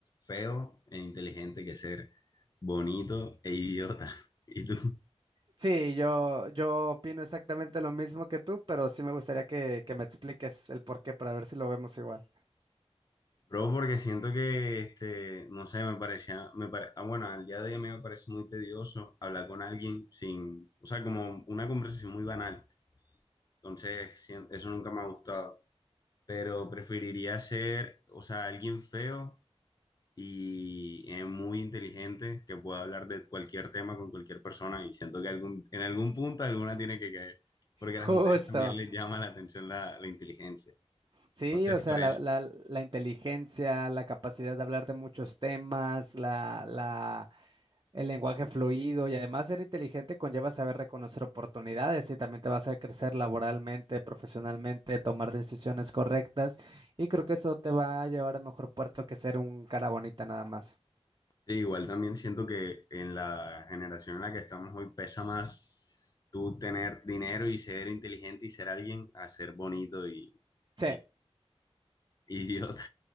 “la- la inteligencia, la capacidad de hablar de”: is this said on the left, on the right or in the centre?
Right